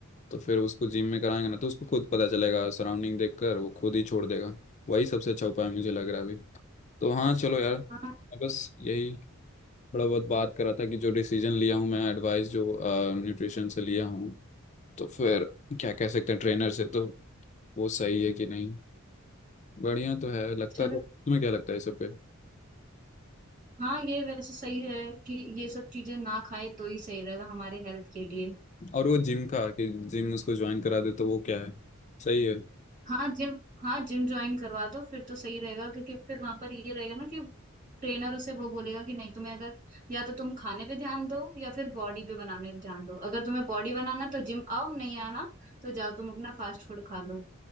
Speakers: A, on the left; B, on the right.
A: तो फिर उसको जिम में कराएंगे ना तो उसको खुद पता चलेगा सराउंडिंग देखकर वो खुद ही छोड़ देगा वही सबसे अच्छा उपाय मुझे लग रहा है अभी तो हाँ चलो यार
B: हाँ
A: बस यही थोड़ा बहुत बात करा था कि जो डिसीजन लिया हूँ मैं एडवाइस जो न्यूट्रिशन से लिया हूँ तो फिर क्या कह सकते हैं ट्रेनर से तो वो सही है कि नहीं बढ़िया तो है लगता
B: चलो
A: तो तुम्हें क्या लगता है इस सब पे
B: हाँ ये वैसे सही है कि ये सब चीजें ना खाए तो ही सही रहेगा हमारे हेल्थ के लिए
A: और वो जिम का कि जिम उसको ज्वाइन करा दे तो वो क्या है सही है
B: हाँ जिम हाँ जिम ज्वाइन करवा दो फिर तो सही रहेगा क्योंकि फिर वहां पर ये रहेगा ना कि ट्रेनर उसे वो बोलेगा कि नहीं तुम्हें अगर या तो तुम खाने पे ध्यान दो या फिर बॉडी पे बनाने पे ध्यान दो अगर तुम्हें बॉडी बनाना तो जिम आओ नहीं आना तो जाओ तुम अपना फास्ट फूड खा लो